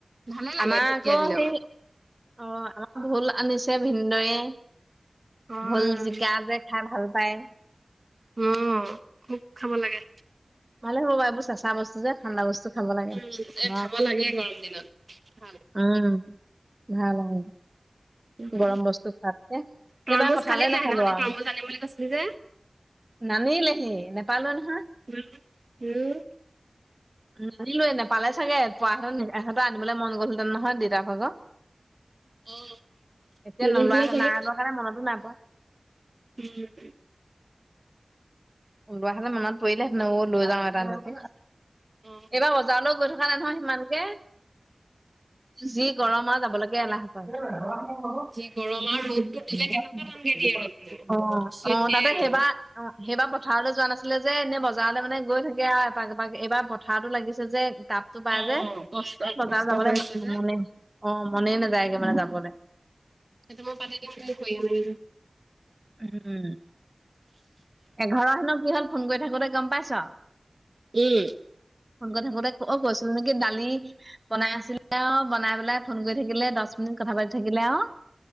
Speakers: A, on the right (about 55°); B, on the right (about 30°).
A: ভালে লাগে
B: আমাৰ
A: ঢেকীয়া
B: আকৌ
A: দিলেও।
B: সেই। অ আমাৰ ভোল আনিছে ভিনদেৱে
A: অ',
B: ভোল জিকা যে। খাই ভাল পায়।
A: উ খুব খাব লাগে।
B: ভালে হ'ব বা এইবোৰ চেঁচা বস্তু যে ঠাণ্ডা বস্তু। খাব লাগে
A: উম এ
B: অ
A: খাব লাগে গৰম দিনত ভাল।
B: উম ভাল আও
A: উম।
B: গৰম বস্তু খোৱোতকে
A: তৰমুজ
B: এইবাৰ কঠালে
A: খালি নাই সেইদিনাখনি
B: নাখালো আও
A: তৰমুজ আনিম বুলি কৈছিলি যে
B: নানিলেহি নেপালোৱে নহয়।
A: উম উম,
B: নানিলোৱে নোপালে চাগে পোৱা এহত আনিবলৈ মন গলহঁতেন নহয় দেউতা ভাগ
A: উম
B: এতিয়া
A: নেদেখিলে
B: নোলোৱা
A: চাগে
B: নাই লোৱা কাৰণে মনতো নাপায়।
A: হোম
B: উলোৱা হলে মনত পৰিলে হেতেন অও লৈ যাও এটালৈকে
A: উম
B: এইবাৰ বজাৰলৈও গৈ থকা নাই নহয় সিমানকে যি গৰম আৰু যাব লেকে এলাহক কৰে। <unintelligible>
A: যি গৰম
B: <unintelligible>
A: আৰু ৰ'দটো দিলে কেনেকুৱা টানকে দিয়ে ৰ'দটো
B: অ
A: আচৰিত
B: অ
A: দিয়ে
B: তাতে
A: ৰ'দ
B: সেইবা। অ সেইবাৰ পথাৰলৈ যোৱা নাছিলে যে এনেই বজাৰলে মানে গৈ থাকে আও এপাক এইবাৰ পথাটো লাগিছে যে গাপ। টো পাই
A: অ
B: যে
A: কষ্ট
B: এ বজাৰ
A: কষ্ট
B: যাবলৈ
A: হৈ আছে যে
B: মনে অ মনে নাযায়গে মানে যাবলে
A: সেইটো মই পাতি দিম তুমি কৈ আনাগৈ যোৱা।
B: উম। এঘৰহেন কি হল ফোন কৰি থাকোতে গম পাইছ।
A: উম।
B: ফৌন কৰি থাকোঁতে অ কৈছিলো নেকি দালি বনাই আছিলে অ বনাই পেলাই ফোন কৰি থাকিলে দহ মিনিট কথা পাতি থাকিলে অ।